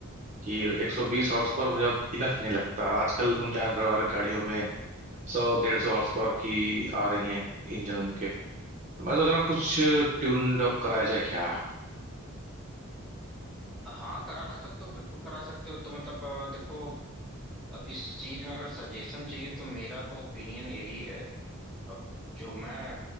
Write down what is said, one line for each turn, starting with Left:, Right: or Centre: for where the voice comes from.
Right: कि 120 हॉर्स पावर मुझे अब इनफ नहीं लगता आजकल तुम जान रहे हो हर गाड़ियों में सौ डेढ़ सौ हॉर्स पावर की आ रही हैं इंजन उनके तो मैं सोच रहा हूँ कुछ ट्यून्ड अप कराया जाए क्या
Centre: हाँ करा सकते हो बिल्कुल करा सकते हो तो मतलब अ, देखो अब इस चीज में अगर सजेशन चाहिए तो मेरा तो ओपिनियन यही है अब जो मैं